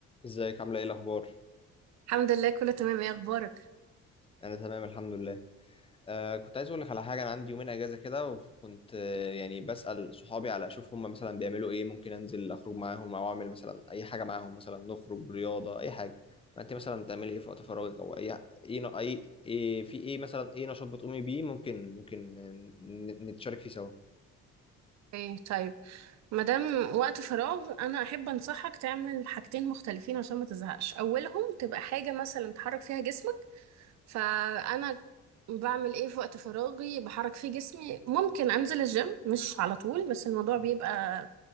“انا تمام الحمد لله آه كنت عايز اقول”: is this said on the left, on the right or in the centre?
Left